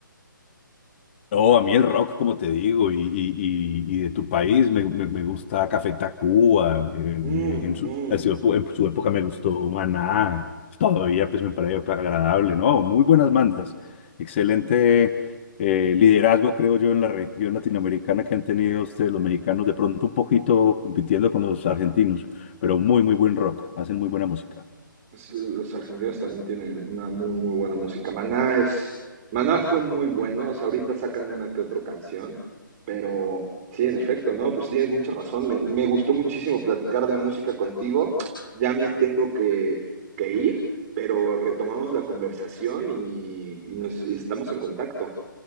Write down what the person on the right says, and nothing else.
Mm,
mm.
Es- Los argentinos también tienen una muy, muy buena música. Maná es, Maná fue muy bueno, o sea, ahorita sacan una que otra canción, pero sí, en efecto, ¿no? Pues tienes mucha razón. Me, me gustó muchísimo platicar de música contigo. Ya me tengo que, que ir, pero retomamos la conversación y, y nos y estamos en contacto.